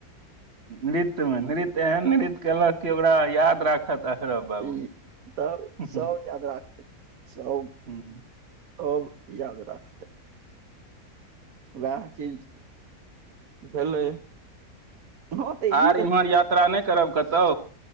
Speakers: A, on the right; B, on the right.
A: नृत्य मे नृत्य एहन नृत्य केलक कि ओकरा याद राखत अशरफ बाबू
B: ई तब
A: हम्म,
B: सब याद राखते। सब।
A: हम्म।
B: अब याद राखतै वैह चीज भेलै। हँ तऽ
A: आर
B: ई
A: इम्हर यात्रा नै करब कत तो।